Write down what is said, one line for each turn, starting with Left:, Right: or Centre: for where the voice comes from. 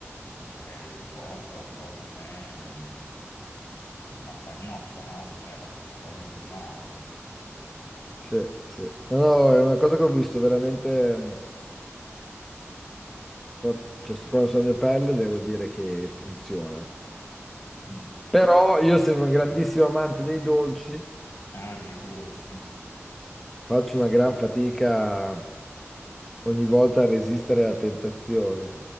Left: perché il tuo corpo è un po' come un- una pagnotta, no? Cioè, la- puoi modellarlo.
Centre: Sì, sì. No, no, è una cosa che ho visto veramente, mh, pro- cioè, sto provando sulla mia pelle, devo dire che funziona.
Left: Mm.
Centre: Però io sono un grandissimo amante dei dolci,
Left: Ah, dei dolci?
Centre: faccio una gran fatica ogni volta a resistere alla tentazione.